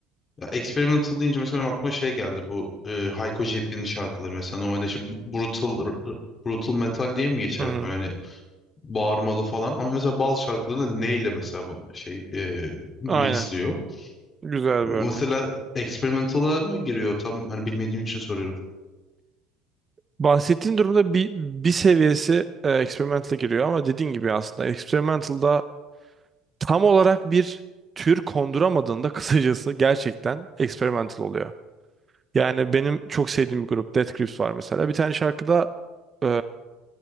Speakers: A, on the left; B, on the right.
A: ya experimental deyince mesela benim aklıma şey geldi bu e, Hayko Cepkin'in şarkıları mesela normalde işte brutal brutal metal diye mi geçer
B: hı hı.
A: böyle hani bağırmalı falan ama mesela bazı şarkıları da neyle mesela bu şey e, mixliyor.
B: Aynen. Güzel
A: Mesela
B: bir örnek.
A: experimental'a mı giriyor? Tam hani bilmediğim için soruyorum.
B: Bahsettiğin durumda bir, bir seviyesi e, experimental'a giriyor ama dediğin gibi aslında experimental'da tam olarak bir tür konduramadığında <laughs> kısacası gerçekten experimental oluyor. Yani benim çok sevdiğim bir grup Death Grips var mesela. Bir tane şarkıda e,